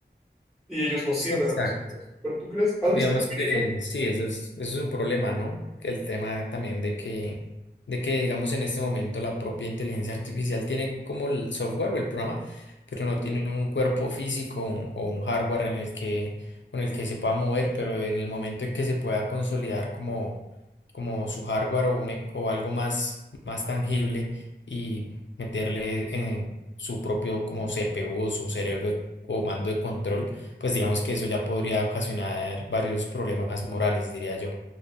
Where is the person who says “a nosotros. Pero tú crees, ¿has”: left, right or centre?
Centre